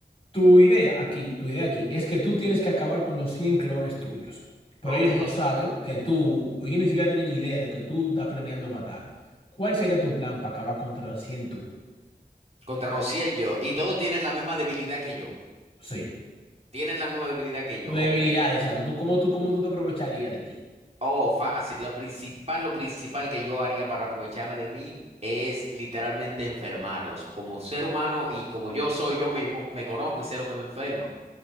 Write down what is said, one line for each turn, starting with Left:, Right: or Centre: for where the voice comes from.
Left: tu idea aquí, tu idea aquí es que tú tienes que acabar con los 100 clones tuyos, pero
Right: Ok.
Left: ellos no saben que tú, ellos ni siquiera tienen idea de que tú estás planeando matarlo. ¿Cuál sería tu plan para acabar contra los 100 tú?
Right: Contra los cien yo. Y todos tienen la misma debilidad que yo.
Left: Sí,
Right: Tienen la misma debilidad que yo.
Left: tu debilidad,
Right: Ok.
Left: exacto. ¿Tú, cómo, tú, cómo tú te aprovecharías de ti?
Right: Oh, fácil. Lo principal, lo principal que yo haría para aprovecharme de mí es literalmente enfermarlos. Como ser humano y como yo soy yo mismo, me conozco y sé lo que me enferma.